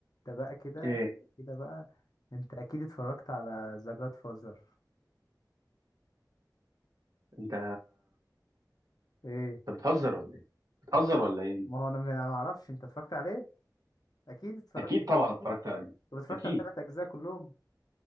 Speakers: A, on the left; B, on the right.
A: انت بقى كده
B: إيه
A: كده بقى انت اكيد اتفرجت على ذا جاد فازر
B: أنت
A: ايه
B: أنت بتهزر ولا إيه؟ بتهزر ولا إيه؟
A: ما هو انا ما انا ما اعرفش انت اتفرجت عليه اكيد اتفرجت
B: اكيد
A: كده
B: طبعا اتفرجت عليه
A: طب اتفرجت
B: اكيد
A: على الثلاث اجزاء كلهم